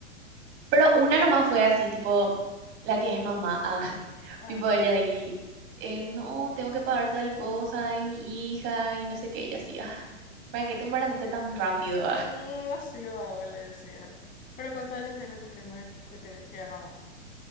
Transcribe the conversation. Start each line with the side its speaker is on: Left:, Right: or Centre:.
Right: Pero una nomás fue así, tipo, la que es mamá, <laughs> ah,
Left: Ajá.
Right: tipo ella y, eh, no, tengo que pagar tal cosa y mi hija y no sé qué, ella así, "Ay, ¿para qué te embarazaste tan rápido?
Left: Mm, así va, le decía. Pero ¿cuántos años tiene tu prima que, te, que es mamá?